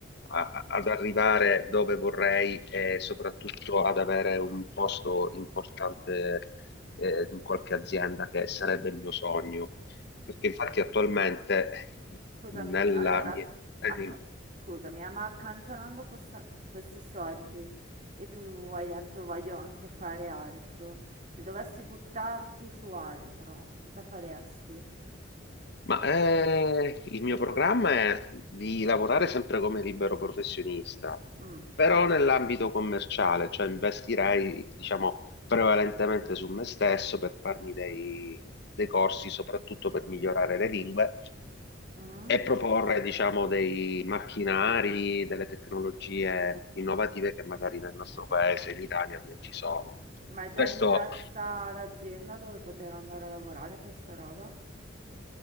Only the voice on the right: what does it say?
Ma Scusami,
allora,
acc-
scusami, eh, ma accantonando questa- questi soldi e tu hai detto voglio anche fare altro, se dovessi buttarti su altro, cosa faresti?
Mm,
mm?
Ma hai già
in testa l'azienda dove poter andare a lavorare per sta roba?